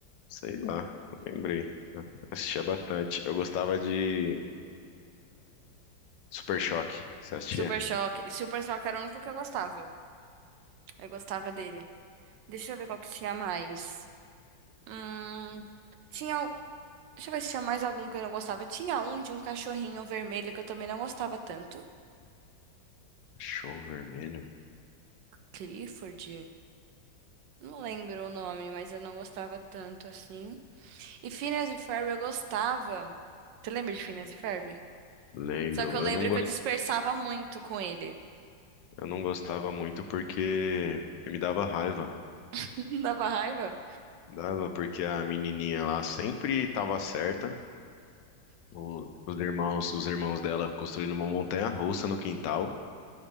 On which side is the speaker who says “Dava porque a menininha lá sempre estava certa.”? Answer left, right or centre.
Left